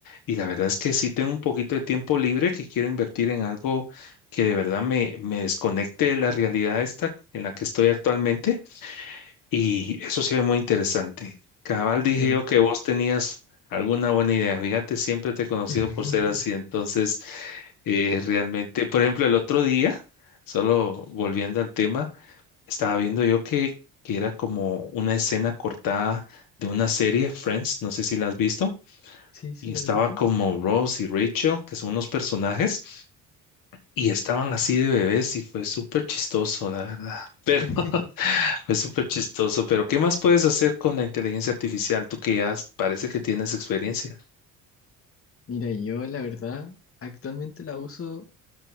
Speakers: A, on the left (about 70°); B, on the left (about 40°).
A: y la verdad es que sí tengo un poquito de tiempo libre que quiero invertir en algo que de verdad me, me desconecte de la realidad esta en la que estoy actualmente y eso se ve muy interesante. Cabal dije
B: Claro.
A: yo que vos tenías alguna buena idea. Fíjate, siempre te he conocido
B: <laughs>
A: por ser así. Entonces, eh, realmente, por ejemplo, el otro día, solo volviendo al tema. Estaba viendo yo que, que era como una escena cortada de una serie, Friends, no sé si la has visto,
B: Sí, sí,
A: y
B: lo
A: estaba
B: conozco.
A: como Ross y Rachel, que son unos personajes, y estaban así de bebés y fue súper chistoso, la verdad. Pero
B: <laughs>
A: <laughs> fue súper chistoso, pero ¿qué más puedes hacer con la inteligencia artificial? Tú que ya parece que tienes experiencia.
B: Mira, yo la verdad actualmente la uso